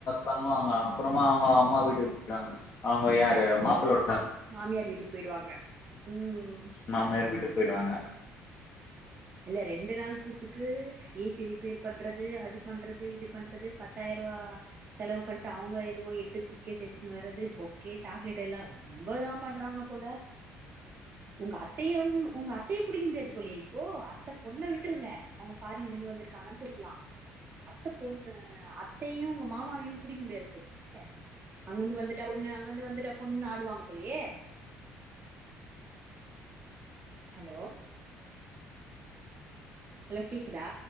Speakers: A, on the left; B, on the right.
A: தங்குவாங்க அப்பறமா அவங்க அம்மா வீட்டுக்கு போய்டுங்க அவங்க யாரு மாப்பிள்ள
B: மாமியார் வீட்டுக்கு போய்டுவாங்க, ம்
A: மாமியார் வீட்டுக்கு பேய்டுவாங்க
B: இல்ல ரெண்டு நாள் கூத்துக்கு ஏசி ரிப்பேர் பண்றது அது பண்றது இது பண்றது பத்தாயிரூவா செலவு பண்ட்டு அவுங்க என்னமோ எட்டு சூட்கேஸ் எடுத்துன்னு வரது பொக்கே சாக்லேட் எல்லா ரொம்பதா பண்றாங்க போல ஒங்க அத்தையவு ஒங்க அத்தைய புடிக்க முடியாது போலியே இப்போ அத்த பொண்ண விட்டுருங்க அவுங்க ஃபாரின்லேந்து வந்துருக்காங்கன்னு சொல்லா அத்த பொண்ணு அத்தையு ஒங்க மாமாவையு புடிக்க முடியாது போலியே அங்கந்து வந்துட்டா பொண்ணு அங்கந்து வந்துட்டா பொண்ணுன்னு ஆடுவாங்க போலியே ஹலோ ஹலோ கேக்குதா